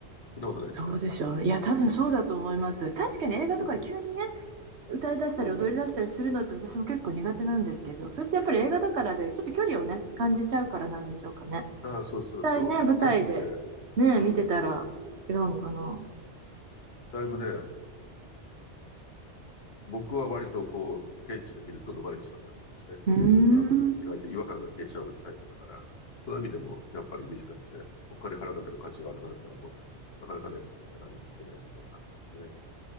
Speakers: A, on the left (about 60°); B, on the right (about 65°).
A: そんなことないですか
B: そうでしょうね。いや、多分そうだと思います。
A: ミュージックが。
B: 確かに映画とか急にね、
A: うん、
B: 歌い出したり踊り出したりするのって私も結構苦手なんですけど、
A: うん。
B: それってやっぱり映画だからで、
A: うん
B: ちょっと距離をね、感じちゃうからなんでしょうかね。
A: ああ、そうそうそう。
B: 実際ね、舞台で
A: 現地で、
B: ね、
A: うん。
B: 見てたら違うのかな。
A: だいぶね、僕は割とこう、現地で見ると飲まれちゃうタイプですね。
B: うーん。
A: だから、意外と違和感が消えちゃうタイプだから、そういう意味でも、やっぱりミュージカルってお金払うだけの価値はあるなとは思うんだけど、なかなかね、あの、いけないところであるんですかね。